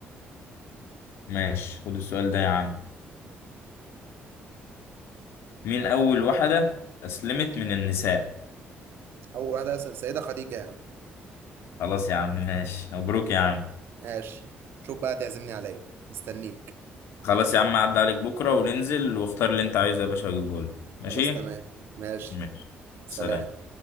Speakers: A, on the left (about 85°); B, on the right (about 70°).
A: ماشي خد السؤال ده يا عم مين اول واحدة اسلمت من النساء
B: اول واحده س- سيده خديجه يا عم
A: خلاص يا عم ماشي مبروك يا عم
B: ماشي شوف بقى تعزمني على ايه مستنيك
A: خلاص يا عم عدى عليك بكرة وننزل واختار اللي انت عايزه يا باشا واجيبه لك ماشي
B: خلاص تمام ماشي
A: ماشي
B: سلام
A: سلام